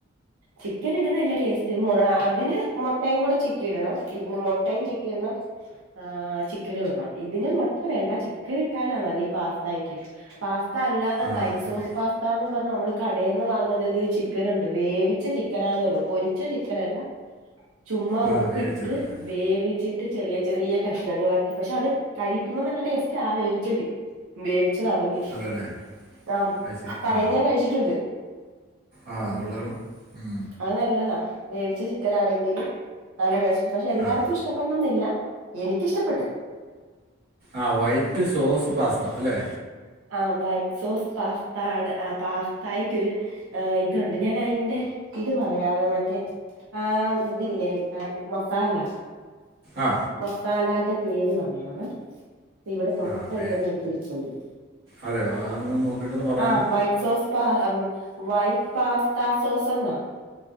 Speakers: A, on the right; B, on the right.
A: ചിക്കൻ ഇടുന്ന എല്ലാ ടേസ്റ്റ് മുഴ അതിന് മുട്ടയും കൂടെ ചിക്കിയിടണം മുട്ടയും ചിക്കിയിടണം ആ ചിക്കനും ഇടണം ഇതിന് മുട്ട വേണ്ട ചിക്കൻ ഇട്ടാലാണല്ലേ ഈ പാസ്തക്ക് പാ സ്ഥാ അല്ലാതെ
B: ആ
A: വൈറ്റ്
B: അത് ശരി
A: സോസ് പാസ്താന്ന് പറഞ്ഞു നമ്മള് കടയിൽ നിന്ന് വാങ്ങുന്നത് ചിക്കൻ ഉണ്ട് വേവിച്ച ചിക്കനാന്നേ ഉള്ളൂ പൊരിച്ച ചിക്കനല്ല ചുമ്മാ
B: ആ
A: ഉപ്പിട്ട്
B: വേവിച്ചത് അല്ലേ?
A: വേവിച്ചിട്ട് ചെറിയ ചെറിയ കഷണങ്ങളാക്കി പക്ഷെ അത് കഴിക്കുമ്പോ നല്ല ടേസ്റ്റാ ആ വേവിച്ച ചി വേവി വിച്ചതാണെങ്കിൽ
B: അതല്ലേ
A: ആം
B: അത് ശരി
A: കടയിൽ
B: ആ
A: നിന്ന് ഞാൻ കഴിച്ചിട്ടുണ്ട്
B: ആ അത് കൊള്ളാലോ ഉം.
A: അത് നല്ലതാ വേവിച്ച ചി ആണെങ്കിലും നല്ല രസ പക്ഷെ എല്ലാർക്കും
B: ആ
A: ഇഷ്ടപ്പെടണമെന്നില്ല എനിക്കിഷ്ടപ്പെട്ട്
B: ആ വൈറ്റ് സോസ് പാസ്ത അല്ലേ
A: ആ വൈറ്റ് സോസ് പാസ്താടെ ആ പാസ്തക്കൊരു ഇതുണ്ട് ഞാൻ അതിന്റെ ഇത് പറയാവേ മറ്റേ ആഹ് ഇതില്ലേ മസാല
B: ആ
A: മസാലാ എന്റെ പേര് പറയാണ് ഇവിടെ തൊട്ടടുത്തന്റെ
B: ആ പേ
A: അടുത്തിരിണ്ട്
B: അതെ അതൊന്ന് നോക്കിയിട്ടൊന്ന് പറയാമെന്ന്
A: ആ വറ്റ് സോസ് പ വൈറ്റ് പാസ്ത സോസ് എന്നാ